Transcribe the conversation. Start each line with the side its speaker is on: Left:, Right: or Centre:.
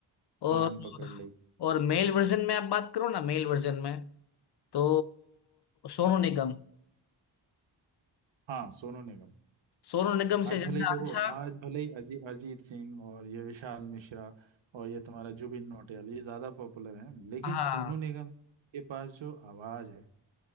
Right: कान
Left: और
Right: पकड़ लेगी
Left: और मेल वर्जन में आप बात करो ना मेल वर्जन में तो सोनू निगम
Right: हाँ सोनू निगम
Left: सोनू निगम
Right: आज
Left: से
Right: भले
Left: ज्यादा
Right: ही देखो
Left: अच्छा
Right: आज भले ही अजी, अरिजीत सिंह और ये विशाल मिश्रा और ये तुम्हारा जुबिन नौटियाल ये ज्यादा पॉपुलर हैं लेकिन
Left: हाँ
Right: सोनू निगम के पास जो आवाज है